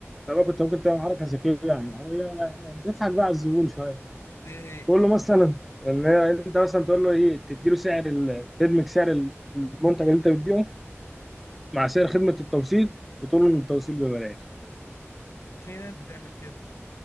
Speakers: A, in the centre; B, on the left.
A: طب كنت ممكن تعمل حركه ذكيه يعني او يعني بتضحك بقى على الزبون شويه
B: إيه هي
A: تقول له مثلا ان هي- انت مثلا تقول له ايه تديله سعر ال- تدمج سعر المنتج اللي انت بتبيعه مع سعر خدمه التوصيل وتقول له ان التوصيل ببلاش
B: في ناس بتعمل كده